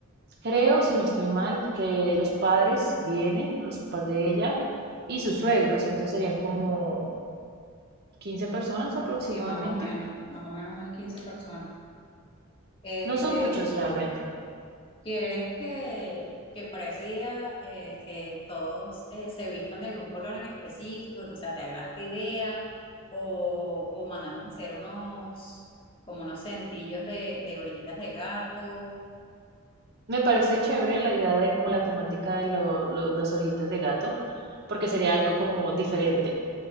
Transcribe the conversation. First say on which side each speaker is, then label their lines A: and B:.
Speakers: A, on the right (about 50°); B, on the left (about 25°).
A: creo, si no estoy mal, que los padres vienen, los papás de ella y sus suegros, entonces serían como 15 personas aproximadamente.
B: Sí, más o menos, más o menos unas 15 personas. Este,
A: No son muchos realmente.
B: ¿quieres que, que para ese día eh, eh, todos eh, se vistan de algún color en específico? O sea, ¿te agrada esta idea? ¿O, o mandamos a hacer unos, como unos cintillos de, de orejitas de gato?
A: Me parece chévere la idea de como la temática de lo- lo- las orejitas de gato, porque sería algo como diferente.